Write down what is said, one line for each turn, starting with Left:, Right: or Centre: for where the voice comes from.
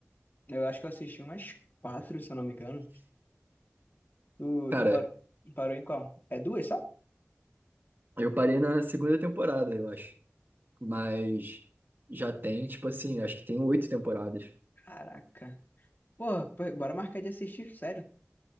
Left: Eu acho que eu assisti umas quatro, se eu não me engano. Tu,
Right: Cara,
Left: tu parou, parou em qual? É duas só?
Right: eu parei na segunda temporada, eu acho. Mas já tem, tipo assim, acho que tem oito temporadas.
Left: Caraca. Porra, pô, bora marcar de assistir, sério.